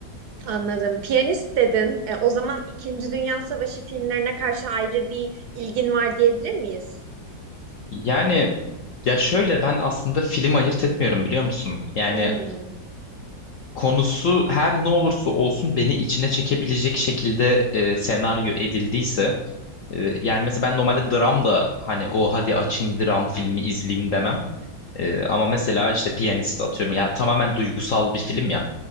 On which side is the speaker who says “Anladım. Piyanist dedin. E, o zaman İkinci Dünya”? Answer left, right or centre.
Right